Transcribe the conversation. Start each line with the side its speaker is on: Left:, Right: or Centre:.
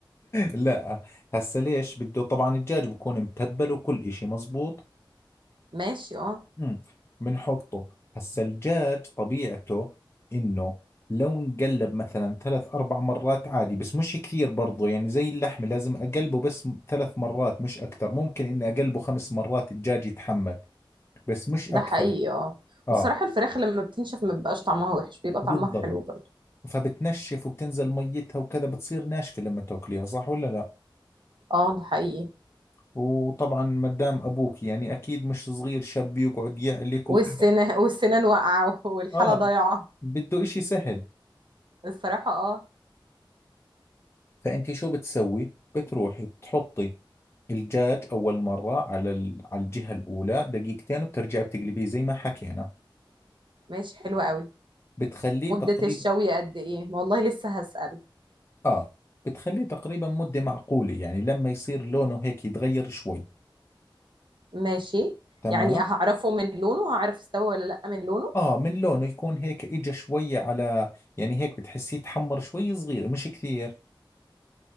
Left: لا هسه ليش بده طبعا الدجاج بكون متبل وكل إشي مزبوط
Right: <laughs> ماشي آه
Left: امم بنحطه هسه الدجاج طبيعته إنه لو نقلب مثلا ثلاث أربع مرات عادي بس مش كثير برضو يعني زي اللحمة لازم أقلبه بس م- ثلاث مرات مش أكثر ممكن إني أقلبه خمس مرات الدجاج يتحمل بس مش
Right: ده
Left: أكثر
Right: حقيقي آه
Left: آه
Right: والصراحة الفراخ لما بتنشف ما بيبقاش طعمها وحش بيبقى
Left: بالضبط
Right: طعمها حلو برضه
Left: فبتنشف وبتنزل ميتها وكذا بتصير ناشفة لما تاكليها صح ولا لا
Right: آه ده حقيقي
Left: وطبعا مدام ابوك يعني اكيد مش صغير شاب يقعد يعلك
Right: والسنان
Left: وكذا
Right: والسنان واقعة <laughs> والحالة
Left: اه
Right: ضايعة
Left: بده اشي سهل
Right: الصراحة آه
Left: فانت شو بتسوي بتروحي بتحطي الدجاج اول مرة على ال... على الجهة الاولى دقيقتين وبترجعي بتقلبيه زي ما حكينا
Right: ماشي حلوة قوي
Left: بتخليه
Right: مدة
Left: تقريبا
Right: الشوي قد إيه والله لسه هسأل
Left: اه بتخليه تقريبا مدة معقولة يعني لما يصير لونه هيك يتغير شوي
Right: ماشي
Left: تمام
Right: يعني هعرفه من لونه هعرف استوى ولا لأ من لونه
Left: اه من لونه يكون هيك اجى شوية على يعني هيك بتحسيه تحمر شوي صغير مش كثير